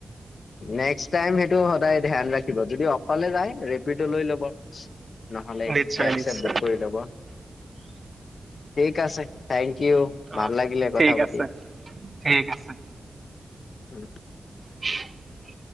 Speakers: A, on the left; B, on the right.
A: নেক্সট টাইম সেইটো সদায় ধ্যান ৰাখিব। যদি অকলে যায় ৰেপিডঅ লৈ ল'ব। নহ'লে
B: নিশ্চয়
A: কেব
B: নিশ্চয়
A: ছেব বুক কৰি লব উ ঠিক আছে। ও ভাল
B: অ'
A: লাগিলে কথা
B: ঠিক
A: পাতি।
B: আছে ঠিক আছে।
A: হম।
B: <unintelligible>